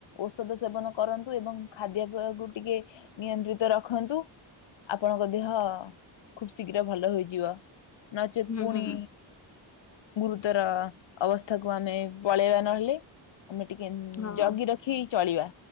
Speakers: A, on the left; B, on the left.
A: ଔଷଧ ସେବନ କରନ୍ତୁ ଏବଂ ଖାଦ୍ୟପେୟକୁ ଟିକେ ନିୟନ୍ତ୍ରିତ ରଖନ୍ତୁ ଆପଣଙ୍କ ଦେହ ଖୁବ ଶୀଘ୍ର ଭଲ ହେଇଯିବ। ନଚେତ୍
B: ହୁଁ
A: ପୁଣି
B: ହୁଁ
A: ଗୁରୁତର ଅବସ୍ଥାକୁ ଆମେ ପଳେଇବା ନ ହେଲେ। ଆମେ ଟିକେ
B: ହଁ।
A: ଜଗି ର ଖି ଚଳିବା।